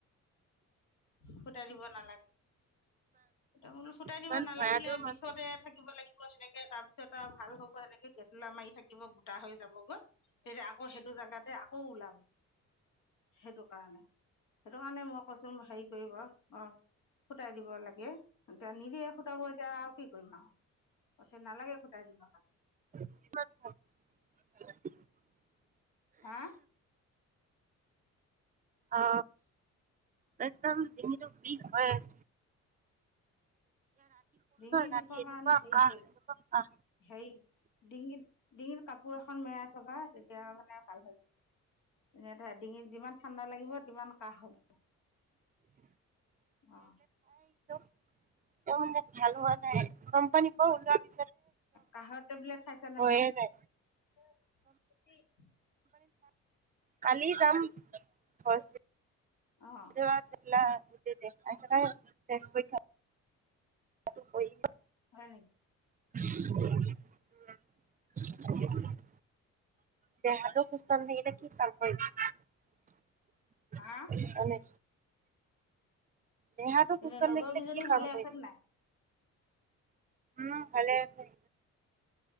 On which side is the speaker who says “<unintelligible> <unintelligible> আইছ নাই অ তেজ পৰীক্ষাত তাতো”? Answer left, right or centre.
Right